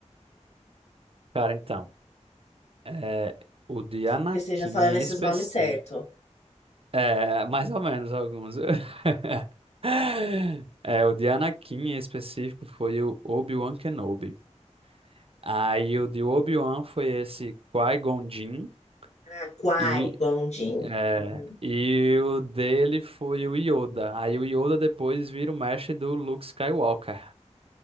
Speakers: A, on the right (about 50°); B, on the left (about 70°).
A: Cara, então. É, o de Anakin
B: que eu esteja falando
A: em
B: esses
A: específico.
B: nomes certo.
A: É, mais ou menos alguns. <laughs> É, o de Anakin em específico foi o Obi-Wan Kenobi. Aí o de Obi-Wan foi esse Qui-Gon Jinn.
B: Ah, Kwai,
A: E,
B: Gondin.
A: é,
B: Uhum.
A: e o dele foi o Yoda. Aí o Yoda depois vira o mestre do Luke Skywalker.